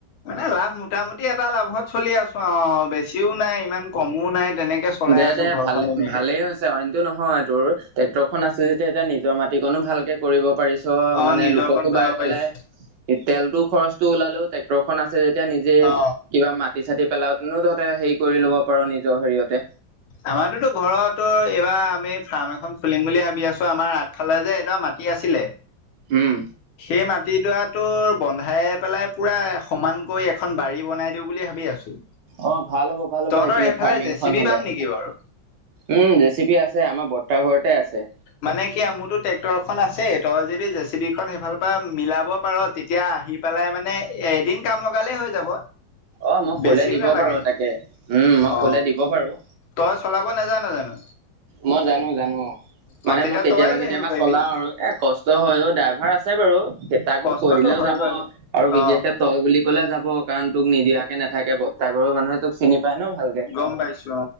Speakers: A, on the left; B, on the right.
A: মানে লাভ মোটামুটি এটা লাভত চলি আছোঁ আও, বেছিও নাই ইমান কমো নাই তেনেকে চলাই
B: দে
A: আছোঁ
B: দে
A: ঘৰখন
B: ভালে
A: এনেকে।
B: ভালেই হৈছে অইনটো নহয় তোৰ টেক্টৰখন আছে যেতিয়া, এতিয়া নিজৰ মাটিকনো ভালকে কৰিব পাৰিছ
A: অ
B: মানে
A: নিজৰকণ
B: লোককো
A: কৰিব
B: বাই
A: পাৰিছো
B: পেলাই তেলতো খৰচটো ওলালেও টেক টেক্টৰখন আছে যেতিয়া নিজে
A: অ
B: কিবা মাটি-চাতি পেলাওতেনো তহঁতে হেৰি কৰি ল'ব পাৰো নিজৰ হেৰিয়তে।
A: আমাৰতোটো ঘৰতো এইবাৰ আমি ফাৰ্ম এখন খুলিম বুলি ভাবি আছো আমাৰ আগ ফালে যে এডৰ মাটি আছিলে
B: উম।
A: সেই মাটিডৰাটো বন্ধাই পেলাই পুৰা সমানকৈ এখন বাৰী বনাই দিওঁ বুলি ভাবি আছো।
B: অ', ভাল হ'ব, ভাল
A: তহঁতৰ
B: হ'ব সেইখিনি
A: সেইফালে
B: ফাৰ্মিংখন
A: জে চি বি
B: হলে।
A: পাম নেকি বাৰু
B: উম, জেচিপি আছে আমাৰ বৰ্ত্তা ঘৰতে আছে।
A: মানে কি মোৰতো ট্ৰেক্টৰখন আছেই তই যদি জেচিবিখন সেইফালৰ পৰা মিলাব পাৰো, তেতিয়া আহি পেলাই মানে এদিন কাম লগালেই হৈ যাব।
B: অ, মই কলে
A: বেছিও
B: দিব
A: নালাগে
B: বাৰু তাকে, উম মই
A: অ
B: কলে দিব বাৰু।
A: তই চলাব নেজানো জানো?
B: মই জানো-জানো, মানে
A: অ তেতিয়া
B: মই কেতিয়াবা-কেতিয়াবা
A: তই লৈ আহিব পাৰিবি
B: চলাও আৰু। এ কষ্ট হয় অ ড্ৰাইভাৰ আছে বাৰু, তাক
A: কষ্টটো
B: মই কৈ দিলেও
A: হয়
B: যাব
A: বাৰু
B: আৰু বিশেষকে
A: অ
B: তই বুলি ক'লে যাব কাৰণ তোক নিদিয়াকে নাথাকে তাৰ ঘৰৰ মানুহে তোক চিনি পায় ন ভাল কে,
A: গম পাইছো